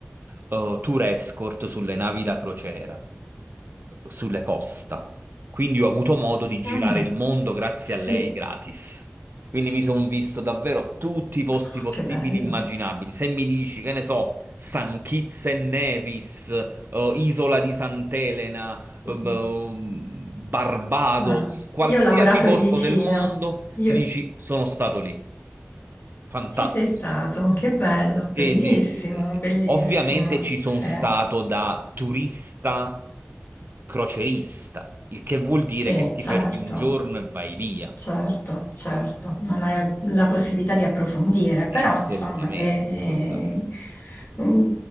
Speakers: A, on the right (about 55°); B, on the left (about 55°).
A: eh, tour escort sulle navi da crociera, sulle costa. Quindi ho avuto modo di girare
B: mm,
A: il mondo grazie
B: sì,
A: a lei gratis. Quindi mi sono visto davvero tutti i posti
B: Oh,
A: possibili
B: che bello.
A: e immaginabili. Se mi dici, che ne so, San Kitts e Nevis, eh, Isola di Sant'Elena, eh, Barbados,
B: Mm. Ah,
A: qualsiasi
B: Io ho lavorato
A: posto
B: lì vicino.
A: del mondo,
B: Io...
A: ti dici sono stato lì. Fantastico.
B: Ci sei stato, che bello, bellissimo,
A: Sì, sì, sì, sì, sì.
B: bellissimo.
A: Ovviamente ci
B: Sì.
A: sono stato da turista crocerista, il che vuol dire
B: Sì,
A: che ti
B: certo,
A: fermi un giorno e vai via.
B: certo, certo, non hai la possibilità di approfondire, però
A: Eh, Assolutamente,
B: insomma, è- è-
A: assolutamente.
B: mm,